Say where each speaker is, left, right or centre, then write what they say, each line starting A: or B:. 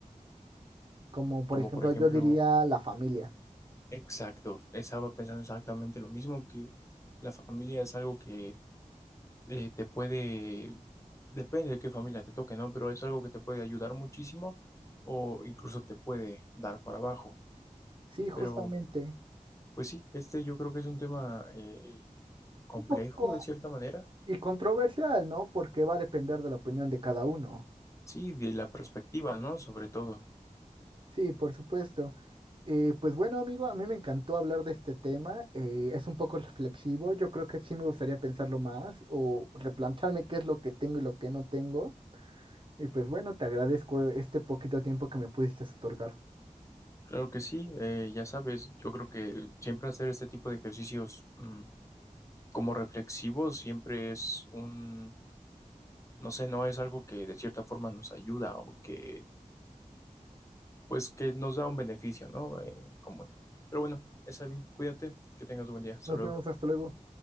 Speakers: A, on the right; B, on the left.
A: como por
B: Como
A: ejemplo
B: por ejemplo,
A: yo diría la familia.
B: exacto, estaba pensando exactamente lo mismo, que familia es algo que eh, te puede, depende de qué familia te toque, ¿no? Pero es algo que te puede ayudar muchísimo o incluso te puede dar para abajo.
A: Sí, justamente.
B: Pero, pues sí, este yo creo que es un tema eh, complejo
A: Un poco
B: de cierta manera.
A: y controversial, ¿no? Porque va a depender de la opinión de cada uno.
B: Sí, de la perspectiva, ¿no? Sobre todo.
A: Sí, por supuesto. Eh, pues bueno, amigo, a mí me encantó hablar de este tema. eh, es un poco reflexivo. Yo creo que sí me gustaría pensarlo más o replantarme qué es lo que tengo y lo que no tengo. Y pues bueno, te agradezco este poquito tiempo que me pudiste otorgar.
B: Claro que sí, eh, ya sabes, yo creo que siempre hacer este tipo de ejercicios mm, como reflexivos siempre es un, no sé, no es algo que de cierta forma nos ayuda o que pues que nos da un beneficio, ¿no? Eh, común. Pero bueno, esa bien, cuídate, que tengas un buen día, hasta
A: Nos
B: luego.
A: vemos, hasta luego.